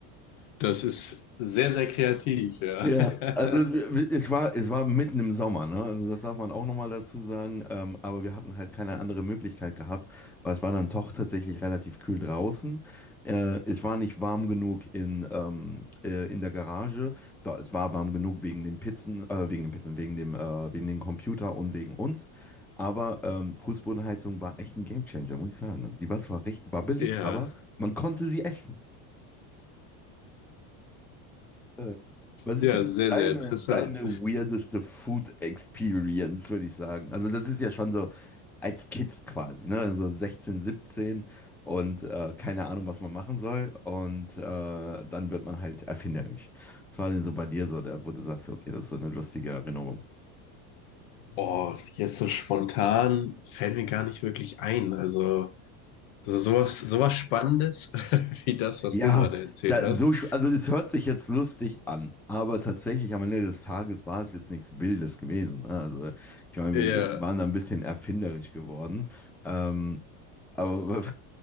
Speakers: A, on the left; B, in the centre.
A: Das ist sehr, sehr kreativ, ja.
B: Ja,
A: <laughs>
B: also es war, es war mitten im Sommer, ne? Also das darf man auch nochmal dazu sagen. Ähm, aber wir hatten halt keine andere Möglichkeit gehabt, weil es war dann doch tatsächlich relativ kühl draußen. Äh, es war nicht warm genug in, ähm, äh, in der Garage. Da, es war warm genug wegen den Pizzen, äh, wegen den Pizzen, wegen dem, äh, wegen dem Computer und wegen uns. Aber ähm, Fußbodenheizung war echt ein Gamechanger, muss ich sagen. Also die war zwar recht wabbelig,
A: ja.
B: aber man konnte sie essen. Äh, Was
A: Ja,
B: ist denn
A: sehr,
B: deine,
A: sehr interessant.
B: deine weirdeste Food Experience, würde ich sagen? Also, das ist ja schon so als Kids quasi, ne? So 16, 17 und äh, keine Ahnung, was man machen soll. Und äh, dann wird man halt erfinderisch. Was war denn so bei dir so, da, wo du sagst, okay, das ist so eine lustige Erinnerung?
A: Oh, jetzt so spontan fällt mir gar nicht wirklich ein. Also, also sowas, sowas Spannendes <laughs> wie das, was
B: Ja,
A: du gerade erzählt
B: da,
A: hast.
B: so, sch- also das hört sich jetzt lustig an, aber tatsächlich am Ende des Tages war es jetzt nichts Wildes gewesen. Ne? Also ich meine,
A: Ja,
B: wir, wir waren da ein bisschen erfinderisch geworden. Ähm, aber